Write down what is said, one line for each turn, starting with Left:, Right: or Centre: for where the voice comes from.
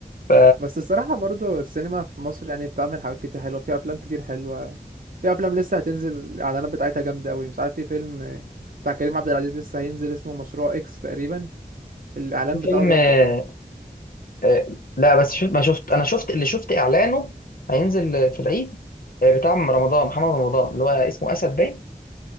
Left: ف
Right: بس الصراحه برضه السينما في مصر يعني بتعمل حاجات كتير حلوه فيها افلام كتير حلوه في افلام لسه هتنزل الاعلانات بتاعتها جامده قوي مش عارف في فيلم بتاع كريم عبد العزيز لسه هينزل اسمه مشروع اكس تقريبا الاعلان بتاعه
Left: فيلم
Right: جامد
Left: آه،
Right: قوي
Left: آه، لا بس شفت ما شفت انا شفت اللي شفت اعلانه هينزل في العيد آه، بتاع رمضان محمد رمضان اللي هو اسمه اسد باين